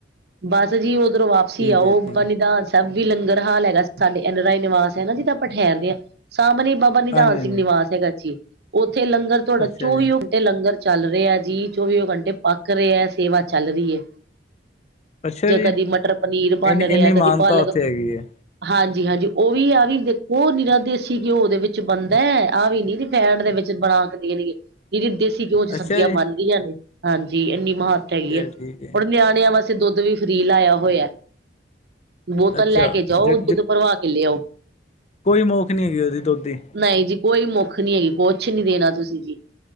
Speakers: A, on the right (about 60°); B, on the left (about 35°).
A: ਬਸ ਜੀ ਉਧਰੋਂ ਤੁਸੀਂ
B: ਠੀਕ
A: ਆਓ,
B: ਹੈ ਜੀ।
A: ਬਾਬਾ ਨਿਧਾਨ ਸਿੰਘ ਸਭ ਵੀ ਲੰਗਰ ਹਾਲ ਹੈਗਾ, ਸਾਡੇ ਐਨ- ਆਰ -ਆਈ, ਨਿਵਾਸ ਹੈ ਨਾ ਜਿੱਥੇ ਆਪਾਂ ਠਹਿਰਦੇ ਆ, ਸਾਹਮਣੇ ਬਾ ਬਾਬਾ ਨਿਧਾਨ
B: ਹਾਂਜੀ, ਹਾਂਜੀ
A: ਸਿੰਘ ਨਿਵਾਸ ਹੈਗਾ ਜੀ, ਉੱਥੇ ਲੰਗਰ ਤੁਹਾਡਾ
B: ਅੱਛਾ
A: ਚੌਵੀ
B: ਜੀ,
A: ਲੰਗਰ ਚੱਲ ਰਿਹਾ ਆ ਜੀ, ਚੌਵੀ ਘੰਟੇ ਪੱਕ ਰਿਹਾ ਹੈ, ਸੇਵਾ ਚੱਲ ਰਹੀ ਹੈ।
B: ਅੱਛਾ
A: ਜਾ
B: ਜੀ
A: ਕਦੀ ਮਟਰ ਪਨੀਰ ਬਣ
B: ਇੰਨੀ
A: ਰਿਹਾ
B: ਇੰਨੀ
A: ਹੈ, ਕਦੀ
B: ਮਾਨਤਾ
A: ਪਾਲਕ
B: ਉੱਥੇ ਹੈਗੀ ਹੈ।
A: ਹਾਂਜੀ -ਹਾਂਜੀ, ਉਹ ਵੀ ਆਹ ਵੀ ਦੇਖੋ ਨਿਰਾ ਦੇਸੀ ਘਿਓ ਦੇ ਵਿੱਚ ਬਣਦਾ ਹੈ। ਆਹ ਵੀ ਨੀ ਫੈੰਡ ਦੇ ਵਿੱਚ ਬਣਾ ਕੇ ਦੇਣਗੇ। ਨਿਰੀ ਦੇਸੀ ਘਿਉ ਚ ਸਬਜ਼ੀਆਂ
B: ਅੱਛਾ ਜੀ,
A: ਬਨ ਰਹੀਆਂ ਨੇ, ਹਾਂਜੀ ਇੰਨੀ ਮਹਾਨਤ ਹੈਗੀ
B: ਠੀਕ
A: ਹੈ।
B: ਠੀਕ ਹੈ
A: ਹੁਣ ਨਿਆਣਿਆਂ ਵਾਸਤੇ ਇੱਥੇ, ਦੁੱਧ ਵੀ ਫਰੀ ਲਾਇਆ ਹੋਇਆ। ਬੋਤਲ
B: ਅੱਛਾ
A: ਲੈ ਕੇ ਜਾਓ,
B: ਜ
A: ਦੁੱਧ
B: ਜ
A: ਭਰਵਾ ਕੇ ਲਿਆਓ।
B: ਕੋਈ ਮੌਖ ਨਹੀਂ ਹੈਗੀ, ਉਹਦੀ ਦੁੱਧ ਦੀ।
A: ਨਹੀਂ ਜੀ, ਕੋਈ ਮੁੱਖ ਨੀ ਹੈਗੀ, ਕੁੱਛ ਨੀ ਦੇਣਾ ਤੁਸੀਂ ਜੀ।